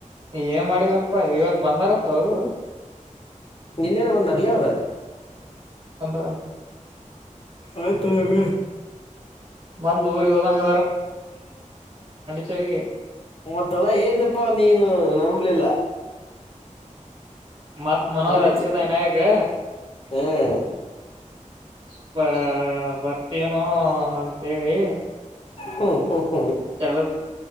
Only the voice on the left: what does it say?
ನಿನ್ನೇನ ಬಂದಾರಲ ಈವರು
ಆಯ್ತಳಗ.
ಮತ್ತಲ್ಲ ಏನಪ್ಪಾ ನೀನು ನಂಬಲಿಲ್ಲ.
ಪಾಂಡಿಚೆ
ಹ್ಮ್
ಹ್ಮ ಹ್ಮ <unintelligible>